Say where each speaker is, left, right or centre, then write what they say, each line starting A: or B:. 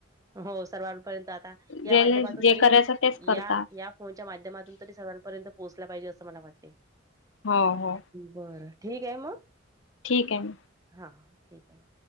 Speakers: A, on the right (about 20°); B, on the left (about 70°).
A: हो सर्वांपर्यंत आता या
B: जे
A: माध्यमातून
B: जे
A: तरी
B: करायचं तेच करतात
A: या या फोनच्या माध्यमातून तरी सगळांपर्यंत पोहोचला पाहिजे असं मला वाटते.
B: हो हो.
A: बरं ठीक आहे मग.
B: ठीक आहे म.
A: हां ठीक आहे म.